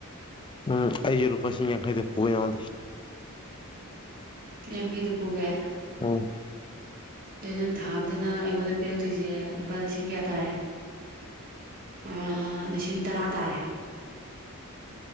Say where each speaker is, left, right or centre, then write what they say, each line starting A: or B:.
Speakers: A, on the left; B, on the right.
A: ꯎꯝ ꯑꯩꯖꯨ ꯂꯨꯄꯥ ꯂꯤꯁꯤꯡ ꯌꯥꯡꯈꯩꯗ ꯄꯨꯒ‌ꯦ ꯅꯉ‌ꯣꯟꯗꯩ
B: <unintelligible> ꯌꯥꯡꯈꯩꯗ ꯄꯨꯒꯦ
A: <unintelligible>
B: ꯑꯗꯨꯗꯤ ꯅꯪ ꯊꯥ ꯑꯝꯗ ꯅꯪ ꯑꯩꯉꯣꯟꯗ ꯄꯤꯔꯛꯇꯣꯏꯁꯦ ꯂꯨꯄꯥ ꯂꯤꯁꯤꯡ ꯀꯌꯥ ꯇꯥꯔꯦ? ꯑ ꯂꯤꯁꯤꯡ ꯇꯔꯥ ꯇꯥꯔꯦ?